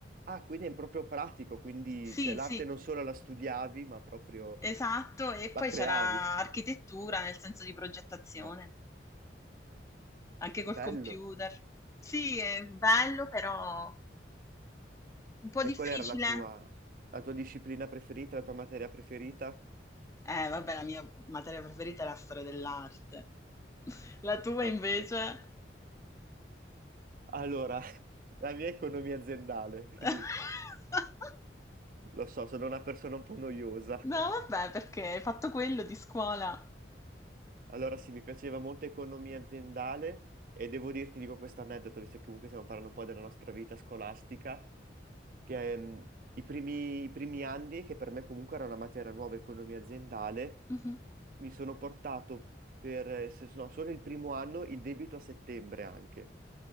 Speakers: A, on the right (about 45°); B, on the left (about 15°).
A: Ah, quindi è proprio pratico, quindi
B: Sì,
A: cioè, l'arte
B: sì,
A: non solo la studiavi, ma proprio
B: esatto, e
A: la
B: poi
A: creavi.
B: c'era architettura nel senso di progettazione.
A: Ah,
B: Anche col
A: Bello.
B: computer. Sì, è bello, però un po'
A: E
B: difficile.
A: qual era la tua, la tua disciplina preferita, la tua materia preferita?
B: Eh, vabbè, la mia materia preferita è la storia dell'arte. <laughs> La tua
A: Ok.
B: invece?
A: Allora, <laughs> la mia è economia aziendale, quindi
B: <laughs>
A: lo so, sono una persona un po' noiosa.
B: No, vabbè, perché hai fatto quello di scuola.
A: Allora sì, mi piaceva molto economia aziendale e devo dirti, dico questo aneddoto, visto che comunque stiamo parlando un po' della nostra vita scolastica, che ehm, i primi, i primi anni, che per me comunque era una materia nuova, economia aziendale,
B: Mhm.
A: mi sono portato per, eh, se, no, solo il primo anno, il debito a settembre anche.